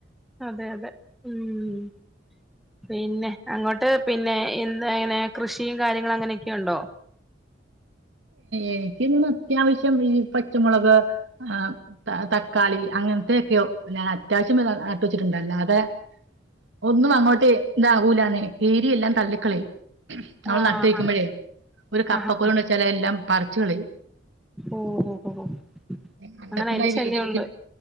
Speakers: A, in the centre; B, on the right (about 75°).
A: അതെ അതെ ഉം പിന്നെ അങ്ങോട്ട് പിന്നെ എന്ത എങ്ങനെ കൃഷിയും കാര്യങ്ങളും അങ്ങനെയൊക്കെ ഉണ്ടോ
B: എനിക്ക് അത്യാവശ്യം ഈ പച്ചമുളക് ആഹ് തക്കാ- ക്കാളി അങ്ങനത്തെയൊക്കെയോ അറ്റാച്ച് നട്ട് വച്ചിട്ടുണ്ട് അല്ലാതെ ഒന്നും അങ്ങോട്ട് ന്താവൂലാന്നേ കീരിയെല്ലാം തള്ളിക്കളയും നമ്മൾ
A: ആഹ്
B: നട്ട് വക്കുമ്പോഴേ ഒരു കപ്പകൊല്
A: ആഹ് ആഹ്
B: ഉണ്ട് വച്ചാൽ എല്ലാം പറിച്ച് കളയും
A: ഓ ഓ ഓ
B: കണ്ടത്തിലായി
A: അങ്ങനെ അയിന്റെ ശല്യമുണ്ട്
B: വീട് ഇരിക്കുന്നു